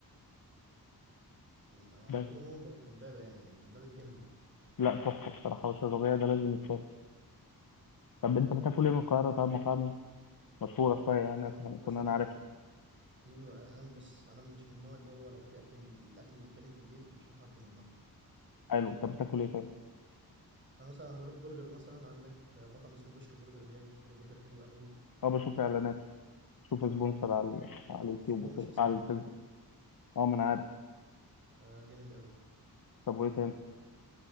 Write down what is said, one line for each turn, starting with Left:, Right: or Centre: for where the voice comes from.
Right: أنا على
Left: بس
Right: طول عموما ببقى في امبابة يعني امبابة دي جنبي
Left: لا تحفه بصراحه حواوشي الربيع ده لازم يتاكل طب انت بتاكل ايه من القاهره طب مطاعم إيه؟ مشهوره شويه يعني
Right: طب
Left: كنا
Right: إيه
Left: كنا
Right: مثلا
Left: انا عارف
Right: في انا بص انا مش من النوع اللي هو لو في اكل من الاكل اللي بيتعمل في البيت مش هروح اكله من بره
Left: حلو طب بتاكل ايه طيب
Right: انا مثلا هجرب برجر مثلا عندك مطعم اسمه دوشك برجر بيعمل برجر حلو قوي
Left: اه بشوف اعلانات بشوف
Right: اه
Left: سبونسر
Right: حلو
Left: على على اليوتيوب
Right: بس هو
Left: وكده
Right: مش في اسكندريه
Left: على الفيسبوك اه ما انا عارف
Right: آه جامد قوي
Left: طب وايه
Right: آه
Left: تاني